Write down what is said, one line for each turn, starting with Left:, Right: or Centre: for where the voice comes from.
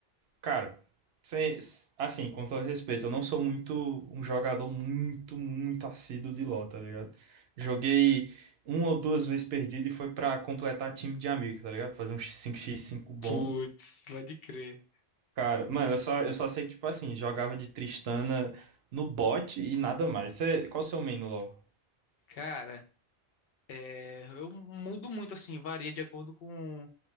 Right: Cara, sem- assim, com todo respeito, eu não sou muito um jogador muito, muito assíduo de LoL, tá ligado? Joguei uma ou duas vezes perdido e foi pra completar time de amigo, tá ligado? Fazer uns cinco x cinco bom.
Left: Putz, pode crer.
Right: Cara, mano, eu só, eu só sei que, tipo assim, jogava de Tristana no bot e nada mais. Você, qual o seu main no LoL?
Left: Cara, é, eu mudo muito assim, varia de acordo com